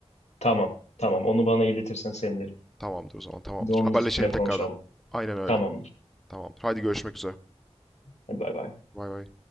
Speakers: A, on the left; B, in the centre.
A: Tamam, tamam. Onu bana iletirsen sevinirim.
B: Tamamdır o zaman tamamdır.
A: Bir de onun
B: Haberleşelim
A: üstüne konuşalım.
B: tekrardan. Aynen öyle.
A: Tamamdır.
B: Tamamdır. Haydi görüşmek üzere.
A: Hadi bay bay.
B: Bay bay.